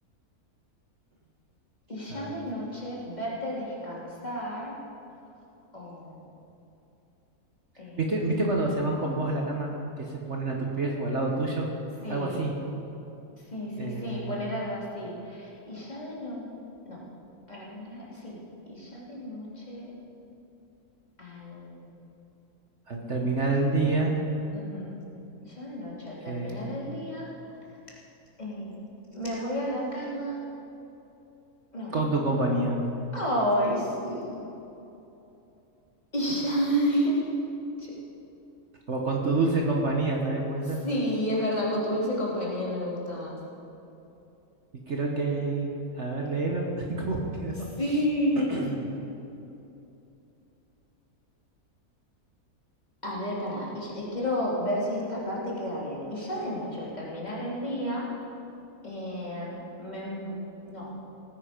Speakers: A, on the left (about 25°); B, on the right (about 50°).
A: Y ya
B: a ver.
A: de noche verte descansar o eh,
B: ¿Viste, viste cuando se van con vos a la cama, que se ponen a tus pies o al lado tuyo?
A: sí,
B: Algo así.
A: sí, sí,
B: eh,
A: sí, poner algo así. Y ya de noche, no, para comer, a- sí, y ya de noche al,
B: al terminar el día,
A: ujú, y ya de noche al terminar
B: eh,
A: el día, eh, me voy a la cama, no,
B: con tu compañía.
A: ay, sí, <laughs> y ya de noche.
B: O con tu dulce compañía también puede ser.
A: Sí, es verdad, con tu dulce compañía me gusta más.
B: Y creo que hay a ver, léelo, <laughs> ¿cómo quedó?
A: Sí.
B: <clears throat>
A: A ver, pará, y, y quiero ver si esta parte queda bien. Y ya de noche, al terminar el día, eh, me... embu- No,